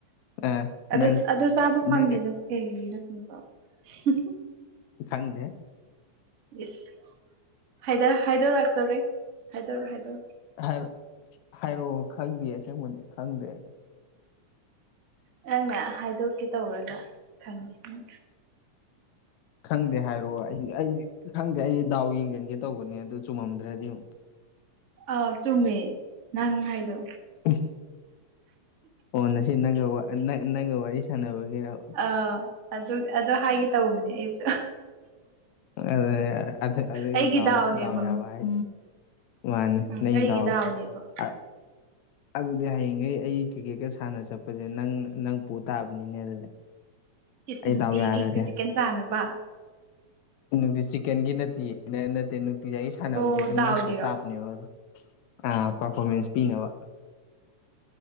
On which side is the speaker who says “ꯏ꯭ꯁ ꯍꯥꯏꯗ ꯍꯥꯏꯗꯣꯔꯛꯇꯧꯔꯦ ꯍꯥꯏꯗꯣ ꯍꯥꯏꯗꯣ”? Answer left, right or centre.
Right